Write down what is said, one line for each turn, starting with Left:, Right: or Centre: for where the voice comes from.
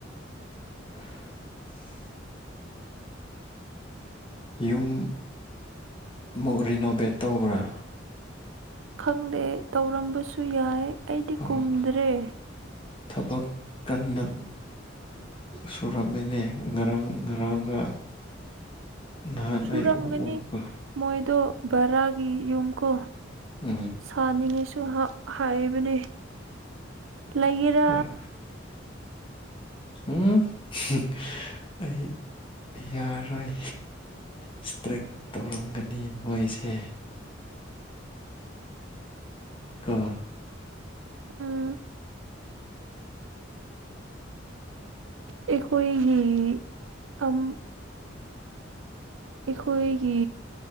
Left: <unintelligible> <inaudible> ꯌꯨꯝ ꯃꯨꯛ ꯔꯤꯅꯣꯚꯦꯠ ꯇꯧꯕ꯭ꯔꯥ
Right: ꯈꯪꯗꯦ ꯇꯧꯔꯝꯕꯁꯨ ꯁꯨ ꯌꯥꯏ ꯑꯩꯗꯤ
Left: ꯑꯣ
Right: ꯀꯨꯝꯗ꯭ꯔꯦ
Left: ꯊꯕꯛ ꯀꯟꯅ ꯁꯨꯔꯝꯃꯤꯅꯦ ꯉꯔꯥꯡ ꯉꯔꯥꯡꯒ ꯅꯍꯥꯟ
Right: ꯁꯨꯔꯝꯒꯅꯤ
Left: ꯑꯩ ꯎ ꯎꯕ
Right: ꯃꯣꯏꯗꯣ ꯕꯔꯥꯒꯤ ꯌꯨꯝ ꯀꯣ
Left: ꯎꯝ
Right: ꯁꯅꯤꯉꯥꯏꯁꯨ ꯆꯨꯍ ꯍꯥꯏꯕꯅꯦ ꯂꯩꯒꯦꯔꯥ
Left: ꯑꯥ ꯎꯝ ꯍꯝ ꯑꯩ ꯌꯥꯔꯣꯏ ꯏꯁꯇ꯭ꯔꯛ ꯇꯧꯔꯝꯒꯅꯤ ꯃꯣꯏꯁꯦ ꯀꯣ
Right: ꯎꯝ ꯑꯩꯈꯣꯏꯒꯤ ꯑꯝ ꯑꯩꯈꯣꯏꯒꯤ